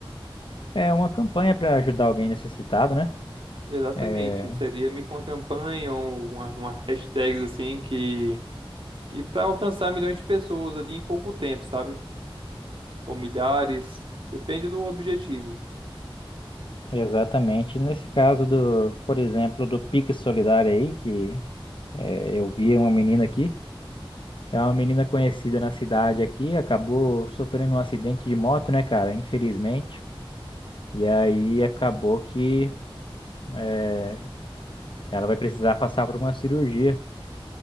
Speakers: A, on the left; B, on the right.
A: É uma campanha para ajudar alguém necessitado, né?
B: Exatamente,
A: É,
B: seria meio que uma campanha ou uma, uma hashtag, assim, que, que para alcançar milhões de pessoas ali em pouco tempo, sabe? Ou milhares, depende do objetivo.
A: exatamente. Nesse caso do, por exemplo, do Pix solidário aí, que é, eu vi uma menina aqui. É uma menina conhecida na cidade aqui, acabou sofrendo um acidente de moto, né, cara? Infelizmente. E aí acabou que eh, ela vai precisar passar por uma cirurgia.